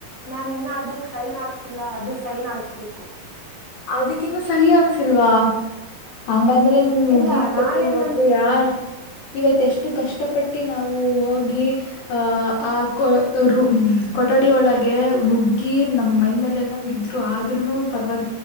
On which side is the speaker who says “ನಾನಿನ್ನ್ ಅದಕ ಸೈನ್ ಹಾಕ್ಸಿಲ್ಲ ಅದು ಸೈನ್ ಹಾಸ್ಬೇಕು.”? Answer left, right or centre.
Left